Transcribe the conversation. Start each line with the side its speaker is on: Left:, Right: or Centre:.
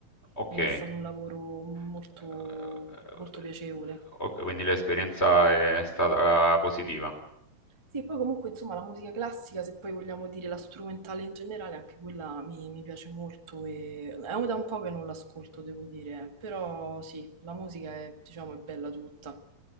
Left: okay.
Right: È stato un lavoro molto
Left: Uhm,
Right: molto piacevole.
Left: oka quindi l'esperienza è stata positiva.
Right: Sì, poi comunque insomma la musica classica, se poi vogliamo dire la strumentale in generale, anche quella mi, mi piace molto e è da un po' che non l'ascolto, devo dire, però sì, la musica è, diciamo, è bella tutta.